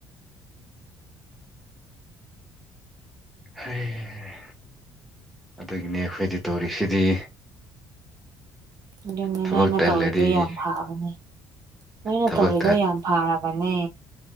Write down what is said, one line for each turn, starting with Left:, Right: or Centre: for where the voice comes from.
Centre: ꯍꯩ ꯑꯗꯨꯒꯤꯅꯦ ꯑꯩꯈꯣꯏꯗꯤ ꯇꯧꯔꯤꯛꯁꯤꯗꯤ
Right: ꯑꯗꯨꯅꯦ
Centre: ꯊꯕꯛ
Right: ꯅꯣꯏꯅ
Centre: ꯇꯜꯂꯗꯤ
Right: ꯇꯧꯔꯤꯗꯣ ꯌꯥꯝ ꯐꯕꯅꯦ ꯅꯣꯏꯅ
Centre: ꯊꯕꯛ
Right: ꯇꯧꯔꯤꯗꯣ ꯌꯥꯝ ꯐꯥꯔꯕꯅꯦ